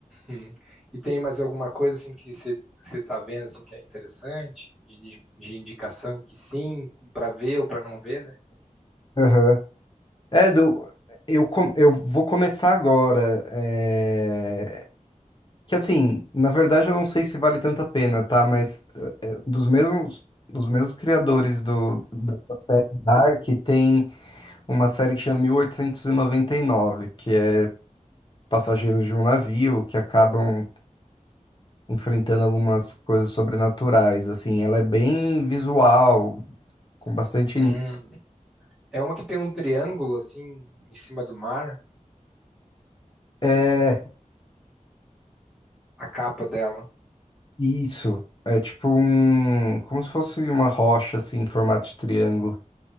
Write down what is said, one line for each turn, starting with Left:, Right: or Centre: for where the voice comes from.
Centre: Hum. E tem mais alguma coisa assim que você está vendo assim que é interessante de, de de indicação que sim para ver ou para não ver, né?
Left: Aham. É, do, eu, com- eu vou começar agora. é, que assim, na verdade eu não sei se vale tanto a pena, tá? Mas é, dos mesmos, dos mesmos criadores do, da série Dark, tem uma série que chama 1899 que é passageiros de um navio que acabam enfrentando algumas coisas sobrenaturais. Assim, ela é bem visual, com bastante.
Centre: Hum.
Left: ni-
Centre: É uma que tem um triângulo assim em cima do mar,
Left: É,
Centre: a capa dela.
Left: Isso. É tipo um. Como se fosse uma rocha, assim, em formato de triângulo.